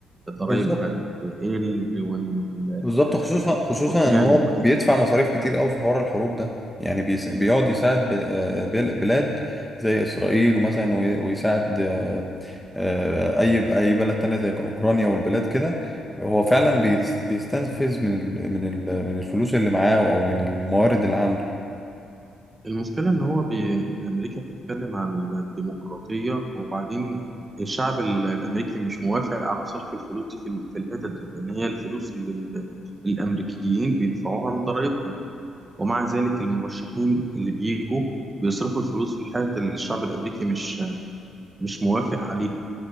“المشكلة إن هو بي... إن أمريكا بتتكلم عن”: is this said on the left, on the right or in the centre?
Right